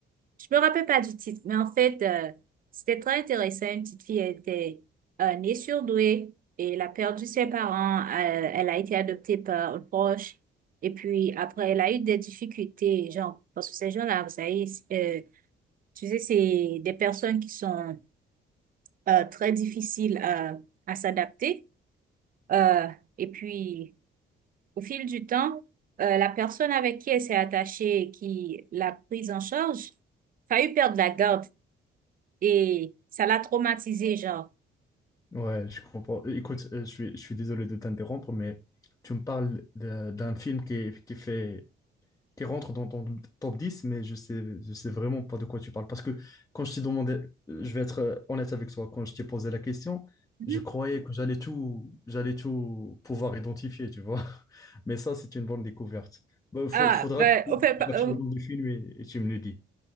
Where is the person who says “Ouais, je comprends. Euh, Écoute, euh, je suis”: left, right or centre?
Left